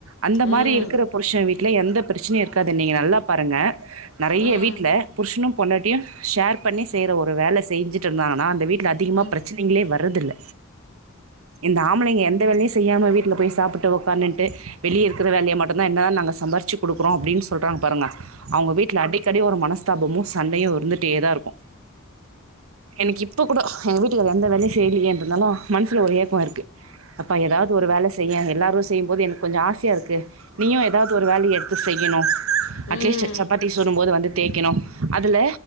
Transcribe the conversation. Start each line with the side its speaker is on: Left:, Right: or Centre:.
Right: அந்த மாரி
Left: ம்
Right: இருக் புருஷன் வீட்ல எந்த பிரச்சனையும் இருக்காது நீங்க நல்லா பாருங்க நறையா
Left: ம்
Right: வீட்ல புருஷனும் பொண்டாட்டியும் ஷேர் பண்ணி செய்ற ஒரு வேல செய்ஞ்சிட்டு இருந்தாங்கன்னா அந்த வீட்ல அதிகமா
Left: ம் ம்
Right: பிரச்சனங்களே வரதில்ல இந்த ஆம்பளைங்க எந்த வேலையும் செய்யாம வீட்ல போயி சாப்பட்டு உக்காதுன்ட்டு வெளிய இருக்கிற வேலைய மட் ப்ப என்னனா நாங்க சம்பாருச்சு குடுக்குறோ அப்படின்னு சொல்றாங்க பாருங்க அவங்க வீட்டுல அடிக்கடி ஒரு மனஸ்தாபமு சண்டையு இருந்துட்டேதா இருக்கு எனக்கு இப்ப கூட எங்க வீட்டுகார் எந்த வேலையு செய்யலந்தாலு மனசுல ஒரு ஏக்கோ இருக்கு அப்ப ஏதாவது ஒரு வேல செய்ய எல்லாரு செய்யும்போது எனக்கு கொஞ்ச ஆசையா இருக்கு நீயு ஏதாவது ஒரு வேலைய எடுத்து செய்யணு
Left: ஓகேங்க
Right: அட்லீஸ்ட் சப்பாத்தி சுடும்போது வந்து தேய்க்கணு அதில